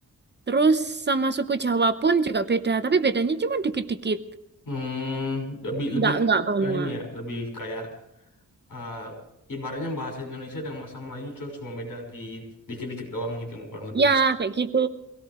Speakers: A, on the right (about 30°); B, on the left (about 80°).
A: Terus sama suku Jawa pun juga beda, tapi bedanya cuma dikit-dikit.
B: Hmm, lebih lebih
A: nggak nggak banyak.
B: ya ini ya, lebih kayak eh, ibaratnya bahasa Indonesia dengan bahasa Melayu cuma cuma beda di dikit-dikit doang gitu kurang lebih.
A: Ya, kayak gitu.